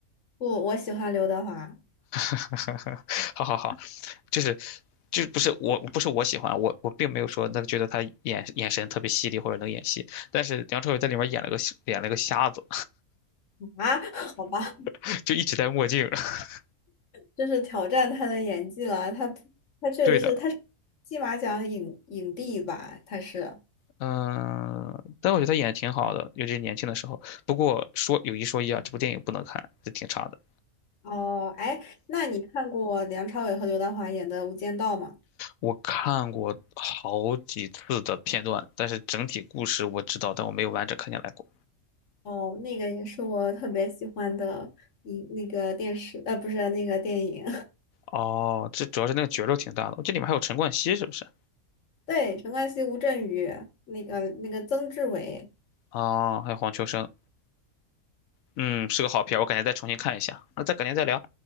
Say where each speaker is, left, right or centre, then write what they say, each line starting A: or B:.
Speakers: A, on the left (about 60°); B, on the left (about 80°).
A: 不，我喜欢刘德华啊。
B: <laughs> 好好好，就是就不是我不是我喜欢我我并没有说那个觉得他眼眼神特别犀利或者能演戏，但是梁朝伟在里面演了个演了个瞎子，
A: <laughs> 好吧，
B: <laughs> 就一直戴墨镜。<laughs>
A: 这是挑战他的演技了。他他确实是，
B: 对的，
A: 他是金马奖影影帝吧？他是
B: 嗯、但我觉得他演的挺好的，尤其是年轻的时候。不过说有一说一啊，这部电影不能看，是挺差的。
A: 哦，哎，那你看过梁朝伟和刘德华演的《无间道》吗？
B: 我看过好几次的片段，但是整体故事我知道，但我没有完整看下来过。
A: 哦，那个也是我特别喜欢的一那个电视，呃，不是那个电影。
B: 哦，这主要是那个角肉挺大的，这里面还有陈冠希是不是？
A: <laughs> 对，陈冠希、吴镇宇，那个那个曾志伟。
B: 哦，还有黄秋生，嗯，是个好片儿我改天再重新看一下。那再改天再聊。